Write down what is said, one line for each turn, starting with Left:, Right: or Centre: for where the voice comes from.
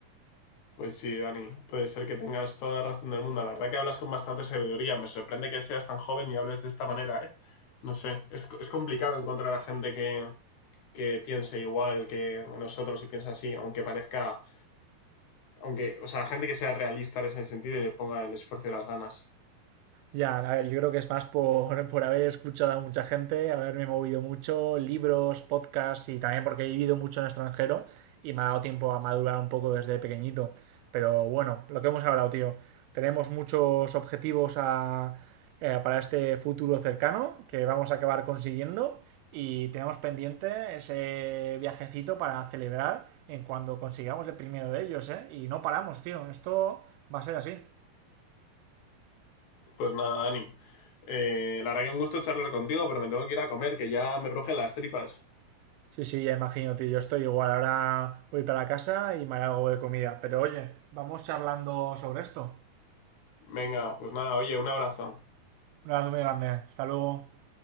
Left: Pues sí, Dani, puede ser que tengas toda la razón del mundo. La verdad que hablas con bastante sabiduría. Me sorprende que seas tan joven y hables de esta manera, ¿eh? No sé, es, es complicado encontrar a gente que, que piense igual que nosotros y piensa así, aunque parezca Aunque, o sea, gente que sea realista en ese sentido y le ponga el esfuerzo y las ganas.
Right: Ya, a ver, yo creo que es más por, <laughs> por haber escuchado a mucha gente, haberme movido mucho, libros, podcasts y también porque he vivido mucho en el extranjero y me ha dado tiempo a madurar un poco desde pequeñito. Pero bueno, lo que hemos hablado, tío, tenemos muchos objetivos a- eh, para este futuro cercano que vamos a acabar consiguiendo y tenemos pendiente ese viajecito para celebrar en cuando consigamos el primero de ellos, ¿eh? Y no paramos, tío, esto va a ser así.
Left: Pues nada, Dani. Eh, la verdad que un gusto charlar contigo, pero me tengo que ir a comer, que ya me rugen las tripas.
Right: Sí, sí, ya imagino, tío. Yo estoy igual. Ahora voy para casa y me haré algo de comida. Pero oye, vamos charlando sobre esto.
Left: Venga, pues nada, oye, un abrazo.
Right: Un abrazo muy grande. Hasta luego.